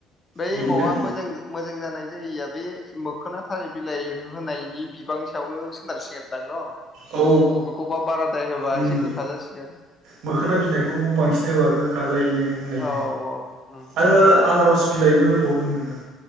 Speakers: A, on the left (about 30°); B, on the right (about 70°).
A: बै
B: बेनिफ्राय
A: एमावा मोजां मोजां जानाय जायिया बे मोखोना थालिर बिलाइ होनायनि बिबां सायावनो सोनारसिगोनदां न'?
B: औ
A: बबेखौबा बारादाय होबा
B: उम
A: एसे गोखा जासिगोन।
B: मोखोना बिलाइखौ बांसिन होबा गोखा जायोनो होनलाय
A: औ औ उम
B: आरो आनारस बिलाइबो होबाव होनदों नों।